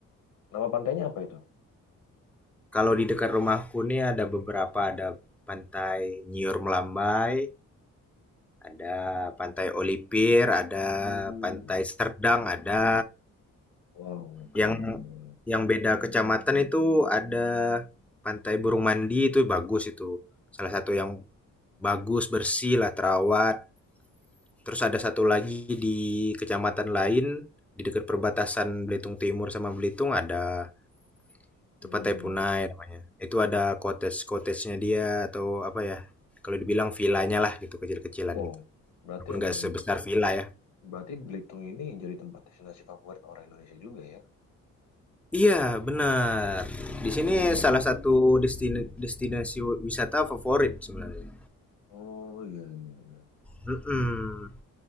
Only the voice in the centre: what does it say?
Kalau di dekat rumahku nih ada beberapa, ada pantai Nyiur Melambai, ada pantai Olipir, ada
pantai Serdang, ada
Yang
yang beda kecamatan itu ada Pantai Burung Mandi itu bagus itu. Salah satu yang bagus, bersih lah, terawat. Terus ada satu lagi di kecamatan lain di dekat perbatasan Belitung Timur sama Belitung ada itu
Pantai Punai namanya. Itu ada cottage-cottagenya dia atau apa ya? Kalau dibilang villanya lah gitu kecil-kecilan
gitu.
Walaupun
nggak sebesar villa ya.
Iya, benar. Di sini
salah satu destin- destinasi wisata favorit sebenarnya.
Mhm.